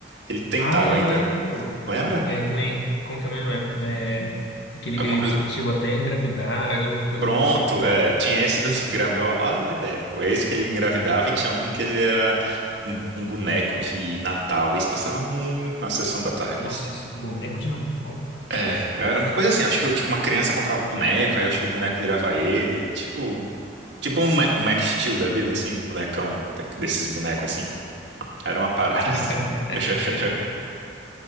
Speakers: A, on the right; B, on the left.
A: Ele tentava
B: Ah, eu
A: ainda,
B: lembro, pô.
A: lembra?
B: É que nem, como que é mesmo? É, é, que ele,
A: Alguma
B: que ele
A: coisa.
B: chegou até a engravidar, alguma coisa
A: Pronto,
B: do tipo.
A: é, tinha esse do <laughs> engravidar. Ó, ó as ideias, pô. Esse que ele engravidava e tinha algum que ele era um, um boneco de Natal. Esse passava muito na sessão da tarde,
B: Nossa,
A: assim.
B: esse boneco de Natal.
A: É, era uma coisa assim, acho que tipo, uma criança comprava um boneco, aí acho que o boneco virava ele, tipo, tipo um, Ma- um Max Steel da vida, assim, um bonecão da- desses bonecos assim. Era uma parada assim.
B: <laughs>
A: <laughs>